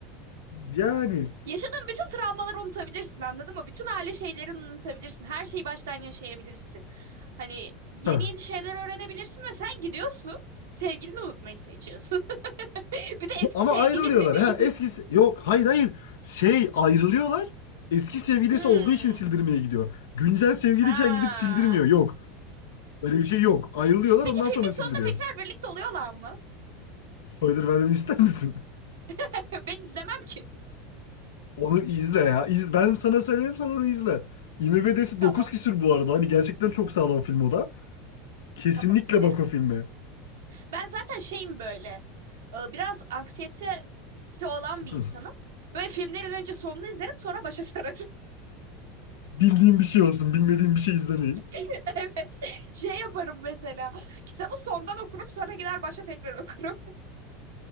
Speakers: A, on the left; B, on the right.
A: yani
B: Yaşadığın bütün travmaları unutabilirsin anladın mı? Bütün aile şeylerini unutabilirsin. Her şeyi baştan yaşayabilirsin. Hani yeni
A: ha.
B: yeni şeyler öğrenebilirsin ve sen gidiyorsun. Sevgilini unutmayı seçiyorsun. <laughs> Bir de eski
A: Ama
B: sevgilin
A: ayrılıyorlar.
B: de değil.
A: Ha, eskisi yok, hayır hayır. Şey ayrılıyorlar. Eski sevgilisi
B: Hmm.
A: olduğu için sildirmeye gidiyor. Güncel sevgiliyken
B: Ha.
A: gidip sildirmiyor. Yok. Öyle bir şey yok. Ayrılıyorlar
B: Peki
A: ondan
B: filmin
A: sonra sildiriyor.
B: sonunda tekrar birlikte oluyorlar mı?
A: Spoiler vermemi ister misin?
B: <laughs> Ben izlemem ki.
A: <laughs> Onu izle ya. İz, ben sana söyleyeyim sen onu izle. IMDb'si
B: Tamam.
A: 9 küsür bu arada. Hani gerçekten çok sağlam film o da. Kesinlikle
B: Tamam izlerim.
A: bak o filme.
B: Ben zaten şeyim böyle. e, Biraz anksiyetesi olan
A: <laughs>
B: bir insanım. Böyle filmlerin önce sonunu izlerim sonra başa sararım.
A: Bildiğim bir şey olsun. Bilmediğim bir şey izlemeyeyim.
B: <laughs> Evet. Şey yaparım mesela. Kitabı sondan okurum sonra gider başa tekrar okurum.